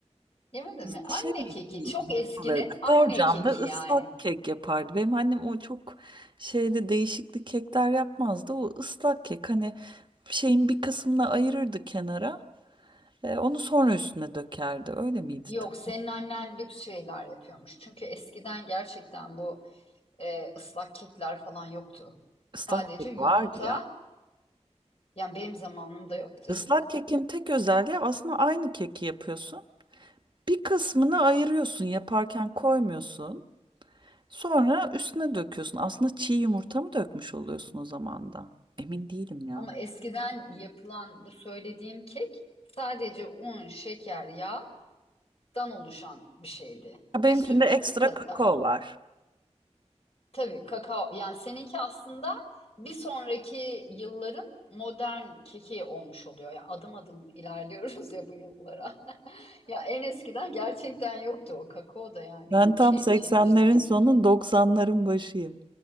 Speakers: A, on the left; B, on the right.
A: Yemedin
B: Bizde
A: mi? Anne
B: şey
A: keki, çok eskinin
B: yapılırdı.
A: anne
B: Borcamda
A: keki
B: ıslak
A: yani.
B: kek yapardı. Benim annem o çok şeyde değişikli kekler yapmazdı. O ıslak kek hani şeyin bir kısmını ayırırdı kenara. E, onu sonra üstüne dökerdi. Öyle miydi?
A: Yok,
B: Tam
A: senin annen lüks şeyler yapıyormuş. Çünkü eskiden gerçekten bu e, ıslak kekler falan yoktu.
B: ıslak
A: Sadece
B: kek
A: yumurta,
B: vardı ya.
A: yani benim zamanımda yoktu.
B: Islak kekin tek özelliği aslında aynı keki yapıyorsun. Bir kısmını ayırıyorsun, yaparken koymuyorsun. Sonra üstüne döküyorsun. Aslında çiğ yumurta mı dökmüş oluyorsun o zaman da? Emin değilim ya.
A: Ama eskiden yapılan bu söylediğim kek sadece un, şeker, yağdan oluşan bir şeydi
B: Ya Benimkinde
A: ve süt.
B: ekstra
A: Bu kadar.
B: kakao var.
A: Tabii kakao yani seninki aslında bir sonraki yılların modern keki olmuş oluyor. Ya adım adım ilerliyoruz ya bu yıllara. <laughs> Ya en eskiden gerçekten yoktu o kakao da yani
B: Ben tam
A: şey
B: 80'lerin
A: bir şeymiş demek
B: sonu
A: ki.
B: 90'ların başıyım.